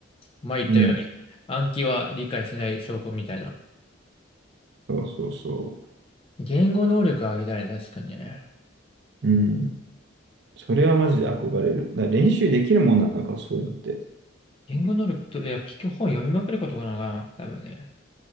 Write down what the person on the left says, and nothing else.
前言ったように、
暗記は理解してない証拠みたいな。
言語能力上げたいね、確かにね。
言語能力と、いや、結局本読みまくることかな、多分ね。